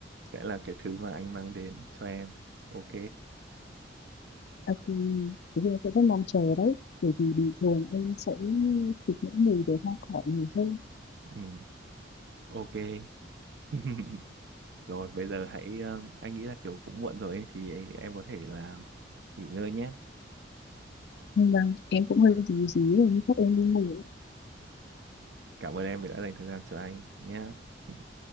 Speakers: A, on the right; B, on the left.
A: sẽ là cái thứ mà anh mang đến cho em ok
B: ok thì em sẽ rất mong chờ đấy bởi vì bình thường em sẽ thích những mùi về hoa cỏ nhiều hơn
A: ừ ok <laughs> rồi bây giờ hãy ờ, anh nghĩ là kiểu cũng muộn rồi ấy, thì em có thể là nghỉ ngơi nhé
B: Vâng, em cũng hơi dí dí rồi, nhưng chắc em đi ngủ.
A: cảm ơn em vì đã dành thời gian cho anh nhé <laughs>